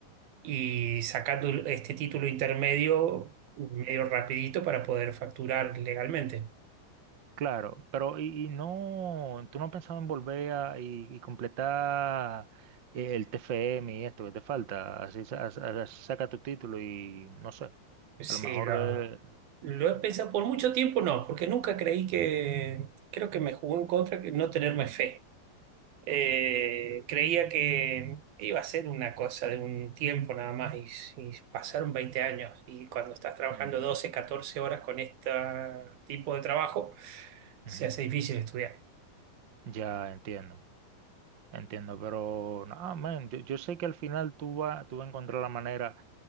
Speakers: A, on the right; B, on the right.
A: y sacando este título intermedio medio rapidito para poder facturar legalmente.
B: Claro, pero y, y no, tú no has pensado en volver a, y, y completar eh, el TFM y esto que te falta, así, sa- sa- así saca tu título y no sé,
A: Sí,
B: a lo mejor
A: lo,
B: eh,
A: lo he pensado por mucho tiempo, no, porque nunca creí que, creo que me jugó en contra que no tenerme fe. Eh, creía que iba a ser una cosa de un tiempo nada más y, y pasaron 20 años y cuando estás trabajando
B: ujú,
A: 12 14 horas con este tipo de trabajo, se
B: ujú,
A: hace difícil estudiar.
B: ya entiendo, entiendo, pero no, man, yo, yo sé que al final tú vas tú vas a encontrar la manera